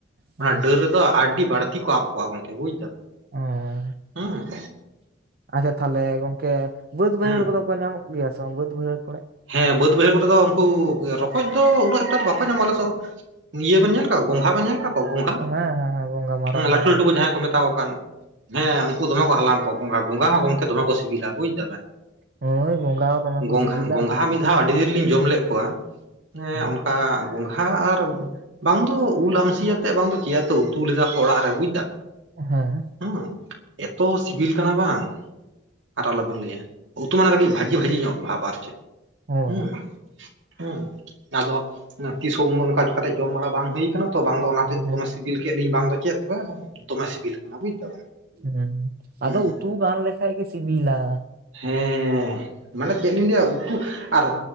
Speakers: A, on the right (about 55°); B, on the right (about 80°).
A: ᱦᱳᱭ
B: ᱚᱱᱟ ᱰᱟᱹᱨ ᱨᱮᱫᱚ ᱟᱹᱰᱤ ᱵᱟᱹᱲᱛᱤ ᱠᱚ ᱟᱵ ᱠᱚᱜᱼᱟ ᱜᱚᱝᱠᱮ ᱵᱩᱡᱽ ᱫᱟᱵᱮᱱ,
A: ᱦᱮᱸ
B: ᱦᱩᱸ ᱾
A: ᱟᱪᱪᱷᱟ ᱛᱷᱟᱞᱮ ᱜᱚᱝᱠᱮ ᱵᱟᱹᱫᱽ ᱵᱟᱹᱭᱦᱟᱹᱲ
B: ᱦᱩᱸ
A: ᱠᱚᱫᱚ ᱠᱚ ᱧᱟᱢᱚᱜ ᱜᱮᱭᱟ ᱥᱮ ᱵᱟᱝ ᱵᱟᱹᱫᱽ ᱵᱟᱹᱭᱦᱟᱹᱲ ᱠᱚᱨᱮ?
B: ᱦᱮᱸ ᱵᱟᱹᱫᱽ ᱵᱟᱹᱭᱦᱟᱹᱲ ᱠᱚᱨᱮ ᱫᱚ ᱩᱝᱠᱩ ᱨᱚᱠᱚᱡ ᱫᱚ ᱩᱱᱟᱹᱜ ᱴᱟ ᱫᱚ ᱵᱟᱠᱚ ᱧᱟᱢᱚᱜᱼᱟ ᱟᱞᱮ ᱥᱮᱫ ᱫᱚ ᱤᱭᱟᱹ ᱵᱮᱱ ᱧᱮᱞ ᱠᱟᱜ ᱜᱚᱸᱝᱜᱷᱟ ᱵᱮᱱ ᱧᱮᱞ ᱟᱠᱟᱫ ᱠᱚᱣᱟ ᱜᱚᱸᱝᱜᱷᱟ
A: ᱦᱮᱸ ᱦᱮᱸ ᱦᱮᱸ ᱜᱚᱝᱜᱷᱟ ᱢᱟᱨᱟᱝ
B: ᱦᱮᱸ ᱞᱟᱹᱴᱩ
A: ᱢᱟᱨᱟᱝ
B: ᱞᱟᱹᱴᱩ ᱠᱚ ᱡᱟᱦᱟᱸᱭ ᱠᱚ ᱢᱮᱛᱟ ᱠᱚ ᱠᱟᱱ? ᱦᱮᱸ ᱩᱱᱠᱩ ᱫᱚᱢᱮ ᱠᱚ ᱦᱟᱞᱟᱝ ᱠᱚᱣᱟ ᱜᱚᱸᱝᱜᱷᱟ ᱜᱚᱸᱝᱜᱟ ᱦᱚᱸ ᱜᱚᱢᱠᱮ ᱫᱚᱢᱮ ᱠᱚ ᱥᱤᱵᱤᱞᱟ ᱵᱩᱡᱽ ᱫᱟᱵᱮᱱ ᱾
A: ᱦᱳᱭ ᱜᱚᱝᱜᱷᱟ ᱦᱚᱸ ᱫᱚᱢᱮ ᱠᱚ
B: ᱜᱚᱸᱝᱜᱷᱟ
A: ᱥᱤᱵᱤᱞᱟ
B: ᱜᱚᱸᱝᱜᱷᱟ ᱢᱤᱫ ᱫᱷᱟᱣ ᱟᱹᱰᱤ ᱫᱤᱱ ᱨᱮᱞᱤᱧ ᱡᱚᱢ ᱞᱮᱫ ᱠᱚᱣᱟ, ᱮᱸ
A: ᱦᱮᱸ
B: ᱚᱱᱠᱟ ᱜᱚᱝᱜᱷᱟ ᱟᱨ ᱵᱟᱝ ᱫᱚ ᱩᱞ ᱟᱢᱥᱤᱭᱟᱛ ᱛᱮᱫ ᱵᱟᱝ ᱫᱚ ᱪᱤᱭᱟᱛᱚ ᱩᱛᱩ ᱞᱮᱫᱟ ᱠᱚ ᱚᱲᱟᱜ ᱨᱮ ᱵᱩᱡ ᱫᱟᱢ,
A: ᱦᱮᱸ,
B: ᱦᱮᱸ, ᱮᱛᱚ ᱥᱤᱵᱤᱞ ᱠᱟᱱᱟ ᱵᱟᱝ ᱟᱨ ᱟᱞᱚᱵᱮᱱ ᱞᱟᱹᱭᱟ ᱩᱛᱩ ᱢᱟᱱᱮ ᱠᱟᱹᱴᱤᱡ ᱵᱷᱟᱹᱜᱤ ᱵᱷᱟᱹᱡᱤ ᱧᱚᱜ ᱵᱷᱟᱵ ᱟᱨ ᱪᱮᱫ᱾
A: ᱦᱳᱭ
B: ᱩᱸ, ᱦᱮᱸ, ᱟᱫᱚ ᱛᱤᱥ ᱦᱚᱸ ᱩᱱᱫᱚ ᱱᱚᱝᱠᱟ ᱠᱟᱛᱮ ᱡᱚᱢ ᱵᱟᱲᱟ ᱵᱟᱝ ᱦᱩᱭ ᱠᱟᱱᱟ ᱛᱚ ᱵᱟᱝ ᱫᱚ ᱦᱟᱛᱮᱫ
A: ᱦᱮᱸ ᱦᱮᱸ
B: ᱫᱚᱢᱮ ᱥᱤᱵᱤᱞ ᱠᱮᱫ ᱞᱤᱧ ᱵᱟᱝ ᱫᱚ ᱪᱮᱫ ᱛᱚᱵᱮ ᱫᱚᱢᱮ ᱥᱤᱵᱤᱞ ᱠᱟᱱᱟ ᱵᱩᱡ ᱫᱟᱵᱮᱱ᱾
A: ᱦᱮᱸ
B: ᱦᱩᱸ
A: ᱟᱫᱚ ᱩᱛᱩ ᱜᱟᱱ ᱞᱮᱠᱷᱟᱭ ᱜᱮ ᱥᱤᱵᱤᱞᱟ᱾
B: ᱦᱮᱸᱻ ᱢᱟᱱᱮ ᱪᱮᱫ ᱞᱤᱧ ᱞᱟᱹᱭᱟ ᱩᱛᱩ ᱟᱨ